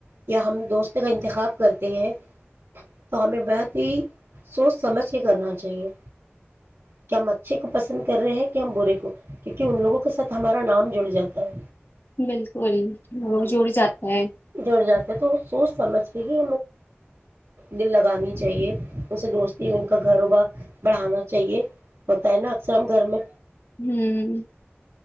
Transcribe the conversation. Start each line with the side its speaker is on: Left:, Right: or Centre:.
Right: یا ہم دوست کا انتخاب کرتے تو ہمیں بہت ہی سوچ سمجھ کے کرنا چاہیے کیا ہم اچھے کو پسند کر رہے ہیں کہ ہم برے کو کیونکہ ان لوگوں کے ساتھ ہمارا نام جڑ جاتا ہے
Left: بالکل
Right: ہوں
Left: وہ جڑ جاتا ہے
Right: جڑ جاتے ہیں تو سوچ سمجھ پ گی دل لگانی چاہیے ان سے دوستی ان کا گھر وبا بڑھانا چاہیے ہوتا ہے نا اکثر ہم گھر میں
Left: ہ